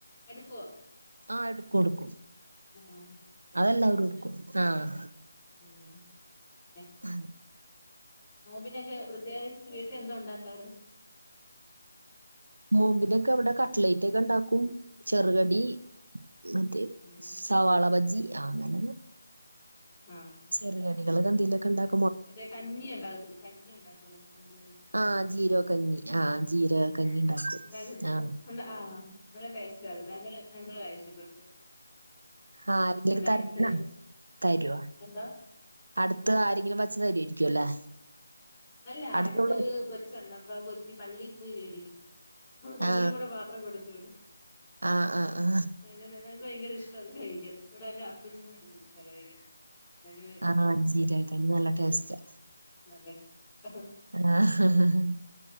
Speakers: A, on the left; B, on the right.
A: എടുക്കും
B: ആഹ് എടുക്കും കൊടുക്കും
A: ആഹ്
B: അതെല്ലാവരും എടുക്കും ആഹ്
A: ഉം പിന്നെ
B: അ
A: നോമ്പിനൊക്കെ പ്രത്യേകിച്ച് വീട്ടിൽ എന്താ ഉണ്ടാക്കാറ്
B: നോമ്പിനൊക്കെ അവിടെ കട്ലൈറ്റ് ഒക്കെ ഉണ്ടാക്കും ചെറുകടി മറ്റേ
A: ഉം
B: സവാള ബജി അങ്ങനെ
A: ആഹ്
B: ചെറിയ അടികൾ അത് ന്തേലൊക്ക ഉണ്ടാക്ക
A: മറ്റേ കഞ്ഞി ഉണ്ടാകത്തില്ല കഞ്ഞി ഉണ്ടാക്കലോ നോമ്പുകത്തി
B: ആ ജീരക കഞ്ഞി ആ ജീരക
A: ഉം
B: കഞ്ഞി ഉണ്ടാക്കും
A: ഉണ്ടാക്കിട്ടുണ്ടോ
B: ആ
A: ആ നല്ല ടേസ്റ്റ് ആ ഞങ്ങള് ഞങ്ങള് കഴിച്ചപ്പണ്ട്
B: ആഹ് അങ്ക തരഞ്ഞേണാ
A: അടുത്തൊരു
B: തരുവ
A: എന്താ
B: അടുത്ത് ആരെങ്കിലും വച്ചത് തരുവായിരിക്കു അല്ലേ
A: അല്ല
B: അടുത്തുള്ളവര്
A: അടുത്തൊരു കൊച്ചുണ്ട് അപ്പ കൊച്ച് പള്ളി പോയി മേടിക്കും അപ്പം തകിളി
B: ആ
A: കൂടെ പാത്രം കൊടുത്തു വിടും
B: ആ ആ ആ
A: അങ്ങനെല്ല എനിക്ക് ഭയങ്കര ഇഷ്ടല്ല കഴി ഇ എന്റെ ഹസ്ബന്റിന് ഇഷ്ടാ കഴിക്കാൻ അത്
B: ആഹ് അ ജീരകക്കഞ്ഞി നല്ല
A: ഉം
B: ടേസ്റ്റ്
A: നല്ല ടേസ്റ്റാ
B: ആഹ്